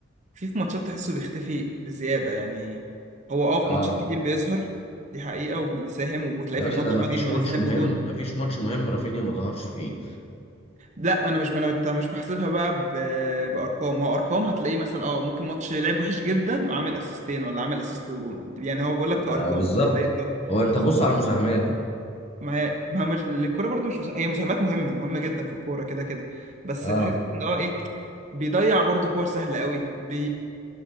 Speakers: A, on the right; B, on the left.
A: في في ماتشات تحسه بيختفي بزيادة يعني هو اه
B: اه
A: في ماتشات كتير بيظهر دي حقيقة وبيساهم وتلاقيه
B: يا
A: في
B: باشا
A: الماتش
B: ده مفيش
A: بدل ما
B: ماتش
A: بيساهم
B: مهم
A: بجون
B: مفيش ماتش مهم رافينيا ما ظهرش فيه
A: لا انا مش ما أنا- انت مش بحسبها بقى ب... بارقام هو ارقام هتلاقيه مثلا اه ممكن ماتش لعب وحش جدا وعامل اسيستين ولا عامل اسيست وجون يعني هو بقول لك
B: ما
A: كارقام
B: بالظبط
A: لقيت له
B: هو انت
A: بس
B: بص على مساهماته
A: ما هي ما هي مش الكوره برضو مش مسا- هي مساهمات مهمه مهمه جدا في الكوره كده كده بس
B: اه
A: تحس ان هو ايه بيضيع برضو كور سهله قوي بي